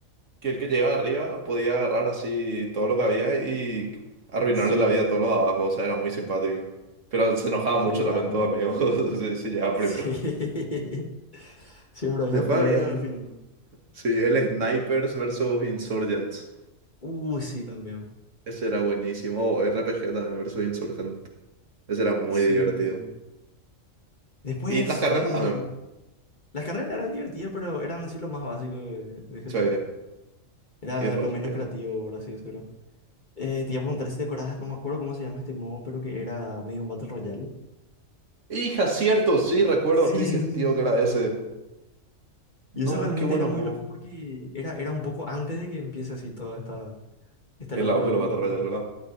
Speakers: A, on the right; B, on the left.
A: que el que llegaba arriba podía agarrar así todo lo que había y arruinarle
B: Sí,
A: la vida
B: sí.
A: a todos los de abajo, o sea, era muy simpático. Pero se enojaba
B: Sí,
A: mucho
B: era
A: también
B: muy...
A: todo, amigo,
B: muy divertido.
A: <laughs> si, si llegaba
B: Sí,
A: primero.
B: <laughs> siempre había
A: Después
B: pelea
A: había,
B: ahí al final.
A: sí, el Snipers versus Insurgents,
B: Uh, sí, también.
A: ese era buenísimo, o RPG también versus Insurgent, ese era muy
B: Sí.
A: divertido.
B: Después,
A: Y las carreras
B: eh,
A: también,
B: las carreras eran divertidas, pero eran así lo más básico de, de GTA.
A: sí.
B: Era
A: ¿Y después?
B: lo menos
A: qué?
B: creativo, por así decirlo. Eh, te iba a preguntar si te acordás, no me acuerdo cómo se llama este modo, pero que era medio un Battle Royale.
A: Hija, cierto, sí, recuerdo,
B: Sí,
A: qué divertido
B: sí, sí, sí, sí.
A: que
B: sí.
A: era ese.
B: sí. Y
A: No,
B: eso realmente
A: qué buenos
B: era muy
A: modos.
B: loco porque era, era un poco antes de que empiece así toda esta, esta
A: El
B: locura
A: auge de
B: por
A: los Battle
B: los
A: Royale,
B: Battle Royale.
A: ¿verdad?